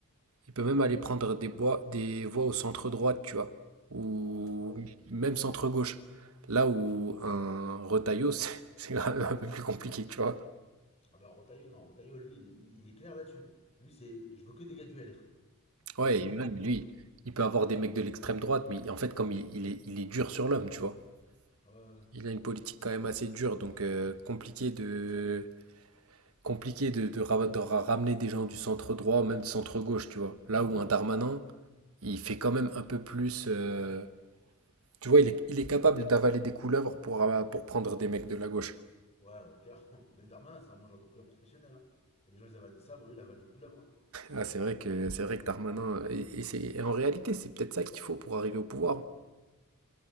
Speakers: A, on the right (about 65°); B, on the left (about 30°).
A: il peut même aller prendre des voix, des voix au centre droite, tu vois, ou
B: Ouais.
A: même centre gauche, là où un Retailleau, <laughs> c'est c'est quand même un peu plus compliqué, tu vois.
B: Ah bah Rotaillot, non, Rotaillot, lui, il, il est clair là-dessus. Lui, c'est je veux que des gars du LR.
A: Ouais,
B: Les autres, votez
A: et même
B: pas pour
A: lui,
B: moi.
A: il peut avoir des mecs de l'extrême droite, mais en fait, comme il, il est, il est dur sur l'homme, tu vois.
B: Ouais, ouais,
A: Il a une politique quand même assez dure, donc euh, compliqué de compliqué de, de ra- de ra- ramener des gens du centre droit même du centre gauche, tu vois. Là où un Darmanin, il fait quand même un peu plus. euh, tu vois, il est, il est capable d'avaler des couleuvres pour, euh, pour prendre des mecs de la gauche.
B: ouais, ouais clairement. Mais Darmanin, c'est un mangeur de couleurs professionnel. Hein. Il y a des gens, ils avalent des sabres, lui, il avale des couleuvres. Hein.
A: Ah, c'est vrai que c'est vrai que Darmanin. Et, et c'est, et en réalité, c'est peut-être ça qu'il faut pour arriver au pouvoir.